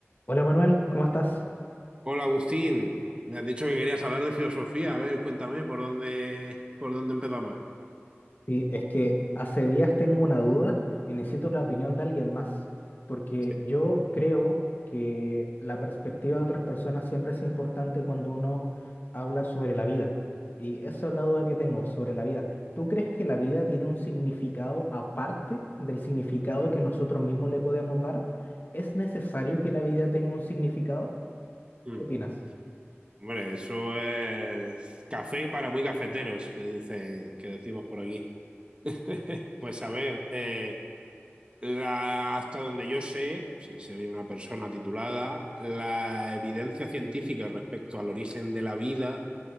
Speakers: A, on the left; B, on the right.
A: Hola Manuel, ¿cómo estás?
B: Hola Agustín, me has dicho que querías hablar de filosofía. A ver, cuéntame por dónde, por dónde empezamos.
A: Sí, es que hace días tengo una duda y necesito la opinión de alguien más, porque
B: Sí.
A: yo creo que la perspectiva de otras personas siempre es importante cuando uno habla sobre la vida. Y esa es la duda que tengo sobre la vida. ¿Tú crees que la vida tiene un significado aparte del significado que nosotros mismos le podemos dar? ¿Es necesario que la vida tenga un significado?
B: Mm.
A: ¿Qué opinas?
B: Hombre, eso es café para muy cafeteros, que dicen, que decimos por aquí. <laughs> Pues a ver, eh, La, hasta donde yo sé, sin ser una persona titulada, la evidencia científica respecto al origen de la vida,